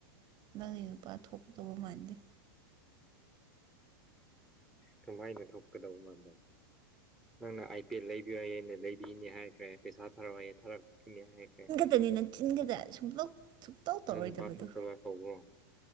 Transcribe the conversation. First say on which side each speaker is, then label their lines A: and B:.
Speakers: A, on the right; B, in the centre.
A: ꯅꯪꯒꯤ ꯅꯨꯄꯥ ꯊꯣꯛꯀꯗꯧꯕ ꯃꯥꯟꯗꯦ
B: ꯀꯃꯥꯏꯅ ꯊꯣꯛꯀꯗꯧꯕ ꯃꯥꯟꯂꯦ ꯅꯪꯅ ꯑꯥꯏ ꯄꯦ ꯂꯩꯕꯤ ꯌꯥꯏꯌꯦꯩꯅ ꯂꯩꯕꯤꯅꯤ ꯍꯥꯏꯈ꯭ꯔꯦ ꯄꯩꯁꯥ ꯊꯥꯔꯛꯑꯣꯏ ꯊꯥꯔꯛꯄꯅꯤ ꯍꯥꯏꯈ꯭ꯔꯦ
A: ꯅꯪꯗꯤ ꯅꯆꯤꯟ ꯈꯥꯛꯇ ꯁꯨꯡꯇꯧ ꯁꯨꯡꯇꯧ ꯇꯧꯔꯣꯏꯗꯕꯗꯣ
B: ꯑꯗꯧ ꯅꯨꯄꯥ ꯊꯣꯛꯇꯕ ꯀꯧꯕ꯭ꯔꯣ